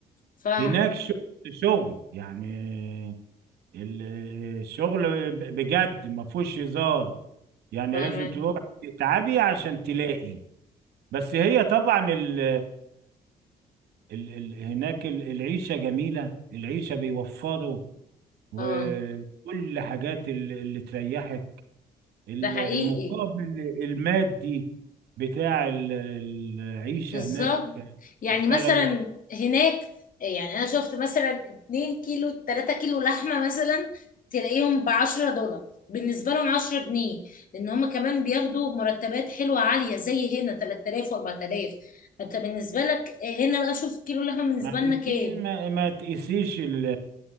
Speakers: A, on the left; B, on the right.
A: فاهمة
B: هناك شغل شغل يعني ال- الشغل ب- بجد ما فيهوش هزار يعني
A: فاهمة
B: لازم تروح تتعبي عشان تلاقي بس هي طبعا ال ال ال هناك ال- العيشة جميلة العيشة بيوفروا وكل
A: اه
B: حاجات ال- اللي تريحك ال-
A: ده حقيقي
B: المقابل المادي بتاع ال- العيشة
A: بالظبط
B: هناك
A: يعني
B: تشتغلي
A: مثلا هناك يعني انا شفت مثلا 2 كيلو 3 كيلو لحمه مثلا تلاقيهم ب 10 دولار بالنسبه لهم 10 جنيه لان هم كمان بياخدوا مرتبات حلوه عاليه زي هنا 3000 و4000 فانت بالنسبه لك هنا بقى شوف كيلو لحمه بالنسبه
B: ما
A: لنا
B: انت
A: كام
B: ما, ما تقيسيش ال-